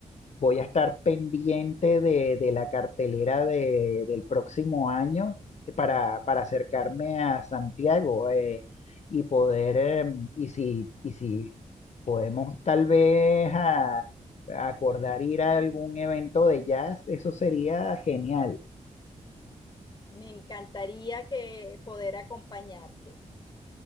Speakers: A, on the left; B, on the left.
A: voy a estar pendiente de, de la cartelera de- del próximo año para, para acercarme a Santiago, eh, y poder, em, y si, y si podemos tal vez ah, acordar ir a algún evento de jazz, eso sería genial.
B: me encantaría que poder acompañarte.